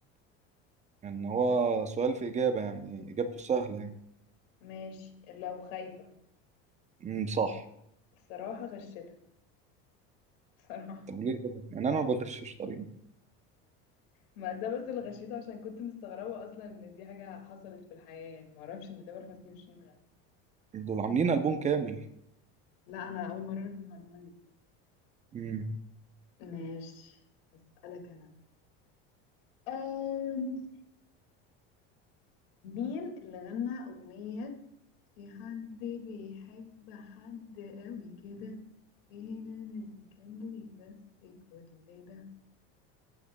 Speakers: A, on the right; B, on the left.
A: يعني هو سؤال في إجابة يعني إجابته سهلة يعني
B: ماشي لو خايفة
A: امم صح
B: الصراحة غشتها بصراحة
A: طب ليه كده يعني أنا ما بغشش طريقي
B: ما ده بس اللي غشيته عشان كنت مستغربة أصلا إن دي حاجة حصلت في الحياة يعني معرفش إن تامر حسني وشيرين غنوا
A: دول عاملين ألبوم كامل
B: لا انا اول مره اعرف المعلومه دي
A: امم
B: ماشي هسألك انا أم... مين اللي غنى اغنيه في حد بيحب حد قوي كده فين انا كان لي بس كل ده